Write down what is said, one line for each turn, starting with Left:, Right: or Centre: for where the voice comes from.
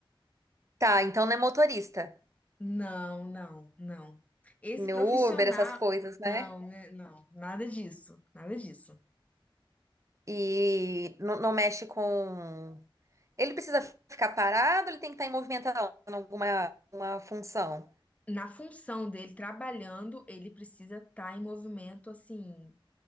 Right: Tá, então não é motorista.
Left: Não, não, não. Esse
Right: No
Left: profissional.
Right: Uber, essas coisas, né?
Left: Não, né, não, nada disso, nada disso.
Right: E não, não mexe com. Ele precisa ficar parado, ele tem que estar em movimentação, em alguma uma função.
Left: Na função dele trabalhando, ele precisa estar em movimento, assim,